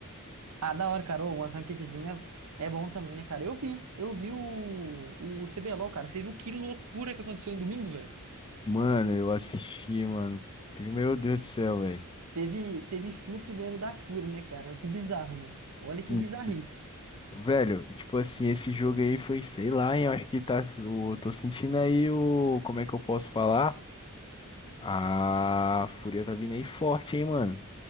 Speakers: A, on the right; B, on the left.
A: Ah, da hora, cara. Ô, umas ranqueadzinha é bom também, né, cara? Eu vi, eu vi o, o CBLOL, cara. Você viu que loucura que aconteceu no domingo, velho?
B: Mano, eu assisti, mano. Meu Deus do céu, velho.
A: Teve, teve Fluxo ganhando da Fúria, né, cara? Que bizarro, mano. Olha que
B: E,
A: bizarrice.
B: Velho, tipo assim, esse jogo aí foi, sei lá, hein, eu acho que tá, eu tô sentindo aí o, como é que eu posso falar? A fúria tá vindo aí forte, hein, mano.